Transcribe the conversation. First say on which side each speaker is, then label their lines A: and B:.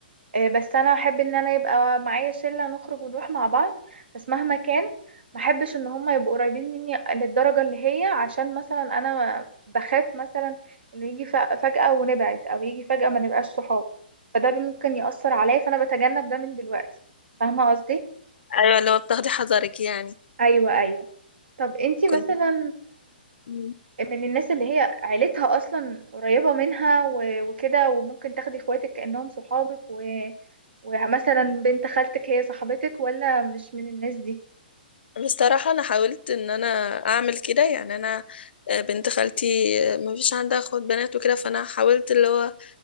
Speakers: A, on the right; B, on the left.
A: آه، بس انا احب ان انا يبقى معايا شله نخرج ونروح مع بعض بس مهما كان ما احبش ان هم يبقوا قريبين مني للدرجه اللي هي عشان مثلا انا بخاف مثلا انه يجي ف- فجاه ونبعد او يجي فجاه ما نبقاش صحاب فده بي- ممكن ياثر عليا فانا بتجنب ده من دلوقتي فاهمه قصدي
B: أيوة اللي هو بتاخدي حذرك يعني
A: ايوه ايوه طب انتي
B: كنت
A: مثلا
B: مم.
A: من الناس اللي هي عيلتها اصلا قريبة منها و- وكده وممكن تاخدي اخواتك كأنهم صحابك و... ومثلا بنت خالتك هي صاحبتك ولا مش من الناس دي
B: بصراحة أنا حاولت إن أنا أعمل كده يعني أنا آه، بنت خالتي آه، ما فيش عندها أخوات بنات وكده فأنا حاولت اللي هو